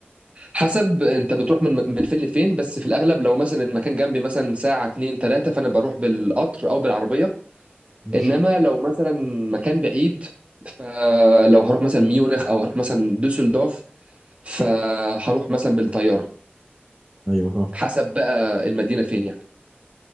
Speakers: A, on the right; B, in the centre.
A: حسب انت بتروح من من فين لفين بس في الاغلب لو مثلا المكان جنبي مثلا ساعه اتنين تلاته فانا بروح بالقطر او بالعربيه
B: ماشي
A: انما لو مثلا مكان بعيد فلو هروح مثلا ميونخ او هروح مثلا دوسلدورف فهروح مثلا بالطياره
B: أيوة فاهم
A: حسب بقى المدينه فين يعني